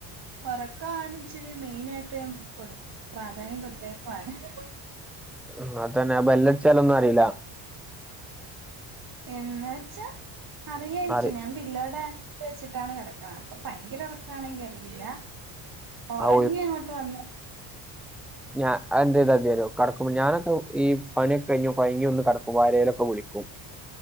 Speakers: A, on the right; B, in the centre.
A: ഒറക്കാണ് ച്ചിരി മെയിനായ്ട്ട് കൊട് പ്രാധാന്യം കൊടുത്തേ <unintelligible>
B: മ്മ് അതന്നെ ആ ബെല്ലട്ച്ചലൊന്നും അറീല
A: എന്ന വെച്ചാ അറിയായിരിക്കും
B: അറി
A: ഞാൻ പില്ലോടെ- വെച്ചിട്ടാണ് കെടക്ണെ പ്പൊ ഭയങ്കരൊറക്കാണെങ്കി അറിയില്ല. ഒറങ്ങി
B: ആ
A: അങ്ങോട്ട് വന്ന
B: ഞാ അഎന്തെയ്താതിഅറ്യോ കടക്കുമ്പോ ഞാനൊക്കെ ഈ പണിയൊക്കെ യ്ഞ് കൊയ്ങ്ങി വന്ന് കടക്കുമ്പോ ആരേലൊക്കെ വിളിക്കും.